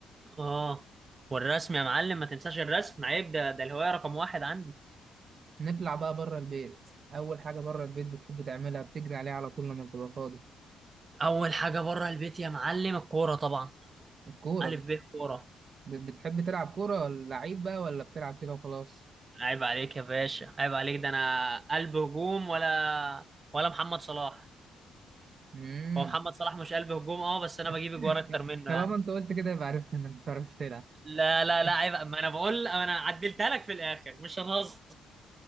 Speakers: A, on the right; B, on the right.
A: اه والرسم يا معلم ما تنساش الرسم عيب ده ده الهوايه رقم واحد عندي
B: نطلع بقى بره البيت اول حاجه بره البيت بتحب تعملها بتجري عليها على طول لما بتبقى فاضي
A: اول حاجه بره البيت يا معلم الكوره طبعا
B: الكوره
A: الف ب كوره
B: بت- بتحب تلعب كورة ولا لعيب بقى ولا بتلعب كده وخلاص؟
A: عيب عليك يا باشا عيب عليك ده انا قلب هجوم ولا ولا محمد صلاح
B: مم.
A: هو محمد صلاح مش قلب هجوم اه بس انا
B: <laughs>
A: بجيب اجوار اكتر منه
B: طالما
A: يعني
B: انت قلت كده يبقى عرفت انك ما بتعرفش تلعب <laughs>
A: لا لا لا عيب ما انا بقول انا عدلتها لك في الاخر مش هنهزر